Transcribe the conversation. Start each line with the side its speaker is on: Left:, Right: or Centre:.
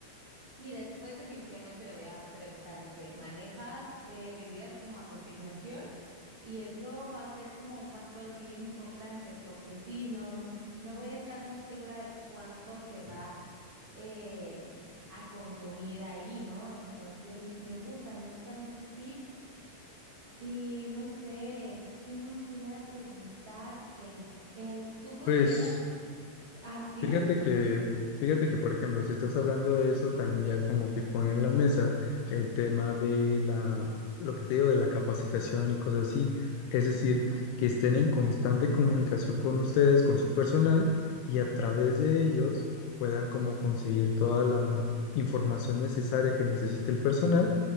Right: y después definitivamente le voy a preguntar, este, ¿manejas eh, bebidas como a consignación? Y eso va a ser como un factor bien importante porque si no, no voy a estar muy segura de cuánto se va eh, a consumir ahí, ¿no? Entonces, me gusta, me gustan esos tips. Y no sé, ¿qué más pudiera preguntarte? Eh, ¿tú consideras...
Left: Pues
Right: Ah, dime.
Left: fíjate que, fíjate que, por ejemplo, si estás hablando de eso, también ya como que pone en la mesa el tema de la, lo que te digo, de la capacitación y cosas así. Es decir, que estén en constante comunicación con ustedes, con su personal, y a través de ellos puedan como conseguir toda la información necesaria que necesite el personal